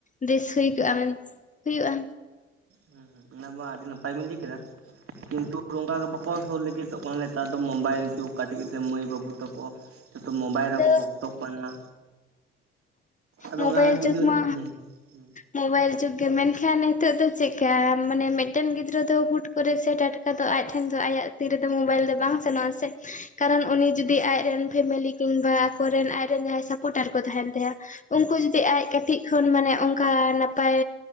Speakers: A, on the left; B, on the right.
A: ᱵᱮᱥ ᱦᱩᱭ ᱠᱚᱜᱼᱟ ᱢᱮᱱ ᱦᱩᱭᱩᱜᱼᱟ
B: ᱦᱩᱸ ᱚᱱᱟ ᱵᱟᱝ ᱟᱹᱰᱤ ᱱᱟᱯᱟᱭ ᱵᱤᱱ ᱞᱟᱹᱭ ᱠᱮᱫᱟ ᱠᱤᱱᱛᱩ ᱚᱱᱠᱟ ᱜᱮ ᱵᱟᱠᱚ ᱥᱩᱨ ᱞᱟᱹᱜᱤᱫᱚᱜ ᱠᱟᱱᱟ ᱱᱮᱛᱟᱨ ᱫᱚ ᱢᱳᱵᱟᱭ ᱦᱤᱡᱩᱜ ᱠᱟᱹᱴᱤᱡ ᱠᱟᱹᱴᱨᱤᱡ ᱢᱟᱹᱭ ᱵᱟᱹᱵᱩ ᱛᱟᱠᱚ ᱡᱚᱛᱚ ᱢᱳᱵᱟᱭᱤᱞ
A: ᱟᱫᱚ
B: ᱨᱮᱠᱚ ᱵᱷᱚᱠᱛᱚᱜ ᱠᱟᱱᱟ ᱟᱫᱚ
A: ᱢᱳᱵᱟᱭᱤᱞ
B: ᱚᱱᱟ ᱡᱩᱫᱤ
A: ᱡᱩᱜᱽ
B: ᱦᱩᱸ
A: ᱢᱟ
B: ᱦᱩᱸ
A: ᱢᱳᱵᱟᱭᱤᱞ ᱡᱩᱜᱽ ᱜᱮ ᱢᱮᱱᱠᱷᱟᱱ ᱱᱤᱛᱚᱜ ᱫᱚ ᱪᱮᱫᱠᱟ ᱢᱟᱱᱮ ᱢᱤᱫᱴᱮᱱ ᱜᱤᱫᱽᱨᱟᱹ ᱫᱚ ᱦᱩᱴ ᱠᱚᱨᱮ ᱥᱮ ᱴᱟᱴᱠᱟ ᱫᱚ ᱟᱡ ᱴᱷᱮᱱ ᱫᱚ ᱟᱭᱟᱜ ᱛᱤ ᱨᱮᱫᱚ ᱢᱳᱵᱟᱭᱤᱞ ᱫᱚ ᱵᱟᱝ ᱥᱮᱱᱚᱜᱼᱟ ᱥᱮ ᱠᱟᱨᱚᱱ
B: ᱦᱩᱸ
A: ᱩᱱᱤ ᱡᱩᱫᱤ ᱟᱡᱨᱮᱱ ᱯᱷᱮᱢᱮᱞᱤ ᱠᱤᱝᱵᱟ ᱟᱠᱚᱨᱮᱱ ᱟᱡᱨᱮᱱ ᱡᱟᱦᱟᱸᱭ ᱥᱟᱯᱚᱴᱟᱨ ᱠᱚ ᱛᱟᱦᱮᱱ ᱛᱟᱭᱟ ᱩᱱᱠᱩ ᱡᱩᱫᱤ ᱟᱡ ᱠᱟᱹᱴᱤᱡ ᱠᱷᱚᱱ ᱢᱟᱱᱮ ᱚᱱᱠᱟ ᱱᱟᱯᱟᱭ